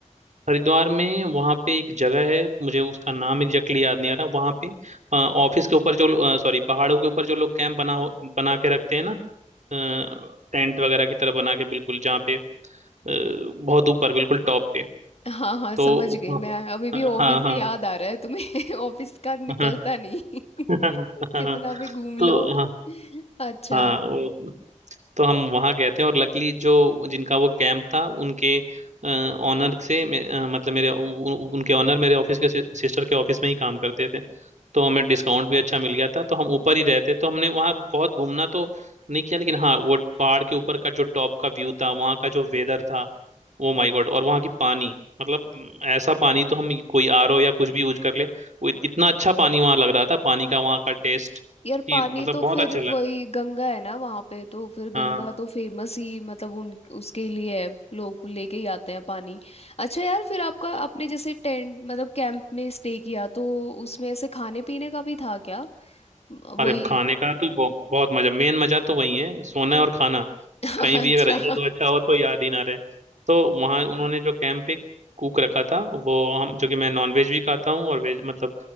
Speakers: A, on the right (about 65°); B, on the left (about 50°).
A: हरिद्वार में वहाँ पे एक जगह है मुझे उसका नाम एग्जैक्टली याद नहीं आ रहा वहाँ पे अ, ऑफिस के ऊपर जो सॉरी पहाड़ों के ऊपर जो लोग कैंप बना हो- बना के रखते हैं ना अ, टेंट वगैरह की तरह बना के बिल्कुल जहाँ पे अ, बहुत ऊपर बिल्कुल टॉप पे
B: हाँ हाँ
A: तो
B: समझ गई
A: वहाँ-
B: मैं अभी भी ऑफिस
A: हाँ
B: से
A: हाँ
B: याद आ रहा है तुम्हें <laughs> ऑफिस का निकलता
A: हाँ
B: नहीं <laughs>
A: हाँ हाँ,
B: कितना भी घूम लो
A: तो हाँ
B: अच्छा
A: हाँ वो- तो हम वहाँ गए थे और लकीली जो जिनका वो कैंप था उनके ऑनर से मे- अ, मतलब मेरे उ- उनके ऑनर मेरे ऑफिस के सिस्टर के ऑफिस में ही काम करते थे तो हमें डिस्काउंट भी अच्छा मिल गया था तो हम ऊपर ही रहते तो हमने वहाँ बहुत घूमना तो नहीं किया लेकिन हाँ वो पहाड़ के ऊपर का जो टॉप का व्यू था वहाँ का जो वेदर था वो माय गॉड और वहाँ की पानी मतलब म, ऐसा पानी तो हम कोई आरओ या कुछ भी यूज कर ले वो इत- इतना अच्छा पानी वहाँ लग रहा था पानी का वहाँ का टेस्ट
B: यार
A: कि
B: पानी
A: मतलब
B: तो
A: बहुत
B: फिर
A: अच्छा लग
B: वही गंगा है ना वहां पे तो फिर गंगा
A: हाँ
B: तो फेमस ही मतलब उन उसके लिए है लोग लेके ही आते हैं पानी अच्छा यार फिर आपका
A: हाँ।
B: आपने जैसे टेंट मतलब कैंप में स्टे किया तो उसमें ऐसे खाने पीने का भी था क्या म-
A: अरे
B: वही
A: खाने का तो बहु- बहुत मजा मेन मजा तो वही है सोना और खाना
B: <laughs>
A: कहीं भी
B: अच्छा
A: अगर ये तो अच्छा हो तो याद ही ना रहे तो वहाँ उन्होंने जो कैंप पे कुक रखा था वो हम जो कि मैं नॉनवेज भी खाता हूँ और वेज मतलब